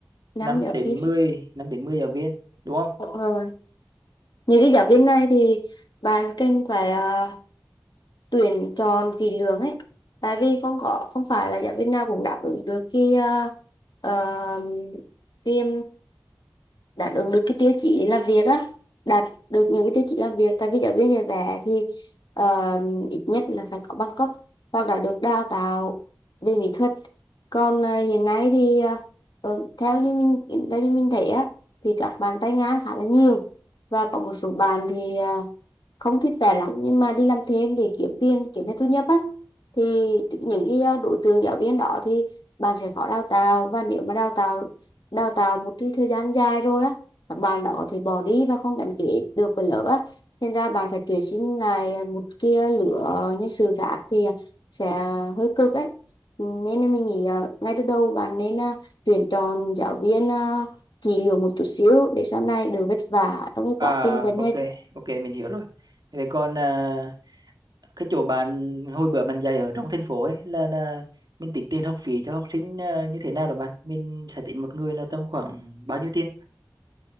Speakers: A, on the left; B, on the right.
A: năm
B: 5
A: giáo
B: đến
A: viên
B: mười 5 đến 10 giáo viên đúng không
A: Đúng rồi. những cái giáo viên này thì bạn cần phải ờ, tuyển chọn kỹ lưỡng ấy tại vì không có không phải là giáo viên nào cũng đáp ứng được cái ờ, ờ, cái đáp ứng được cái tiêu chí để làm việc á đạt được những cái tiêu chí làm việc tại vì giáo viên dạy vẽ thì ờ, ít nhất là phải có bằng cấp hoặc là được đào tạo về mỹ thuật còn ờ, hiện nay thì ờ, ờ, theo như mình theo như mình thấy á thì các bạn tay ngang khá là nhiều và có một số bạn thì ờ, không thích vẽ lắm nhưng mà đi làm thêm để kiếm tiền kiếm thêm thu nhập á thì những cái ờ, đối tượng giáo viên đó thì bạn sẽ khó đào tạo và nếu mà đào tạo đào tạo một cái thời gian dài rồi á các bạn đó có thể bỏ đi và không gắn kết được với lớp á thành ra bạn phải tuyển sinh lại một cái ờ, lứa ờ, nhân sự khác thì ờ, sẽ hơi cực đấy nên là mình nghĩ ờ, ngay từ đầu bạn nên ờ, tuyển chọn giáo viên ờ, kỹ lưỡng một chút xíu để sau này đừng vất vả trong cái
B: à
A: quá trình vấn
B: ok
A: hết
B: ok mình hiểu rồi vậy còn à, cái chỗ bạn hồi bữa bạn dạy ở trong thành phố ấy là là mình tính tiền học phí cho học sinh à, như thế nào đó bạn mình sẽ tính một người là tầm khoảng bao nhiêu tiền